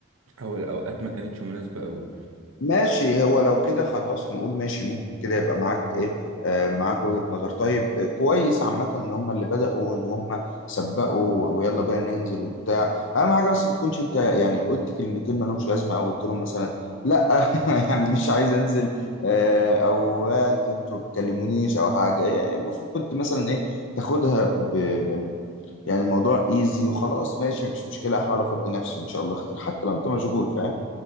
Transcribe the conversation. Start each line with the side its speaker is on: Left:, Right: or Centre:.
Right: او الاوقات ما كانتش مناسبة قوي
Left: ماشي هو لو كده خلاص نقول ماشي ممكن كده يبقى معاك ايه آه معاك وجهة نظر طيب آه، كويس عامة ان هم اللي بدأوا واللي هم سبقوا ويلا بينا ننزل وبتاع اهم حاجة بس ما تكونش انت يعني قلت كلمتين ما لهمش لازمة او قلت لهم مثلا لا <laughs> يعني مش عايز انزل آه او آه، انتوا انتوا ما بتكلمونيش او حاجة يعني المفروض كنت مثلا ايه تاخدها ب يعني الموضوع ايزي وخلاص ماشي مفيش مشكلة هحاول افضي نفسي ان شاء الله خير حتى لو انت مشغول فاهم